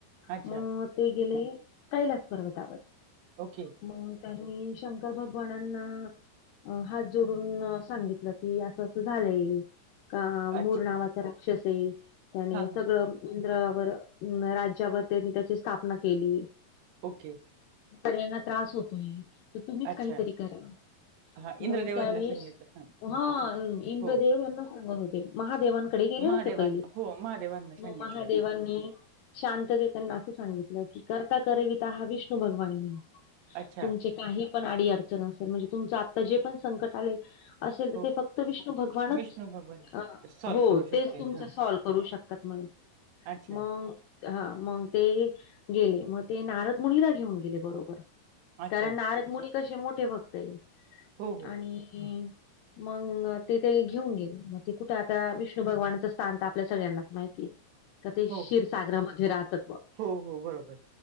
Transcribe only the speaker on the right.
अच्छा.
ओके.
अच्छा.
हां, हां.
ओके.
अच्छा.
हां, इंद्रदेवांना
सांगितलं. हां.
हो.
महादेवां
हो, महादेवांना सांगितलं.
अच्छा.
हो.
विष्णू भगवान
सॉल्व्ह
करू शकतील.
हां.
अच्छा.
अच्छा.
हो, हो.
हो.
हो, हो. बरोबर.